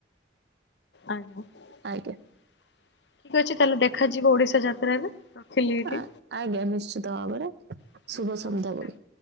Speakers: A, on the left (about 70°); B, on the right (about 65°).
A: ଆଜ୍ଞା ଠିକ
B: ଆଜ୍ଞା
A: ଅଛି ତାହେଲେ ଦେଖାଯିବ ଓଡିଶା ଯାତ୍ରାରେ। ରଖିଲି ଏଇଠି
B: ଆ ଆଜ୍ଞା ନିଶ୍ଚିତ ଭାବରେ
A: ଆଜ୍ଞା
B: ଶୁଭ ସନ୍ଧ୍ୟଭାବରେ।
A: ନମସ୍କାର।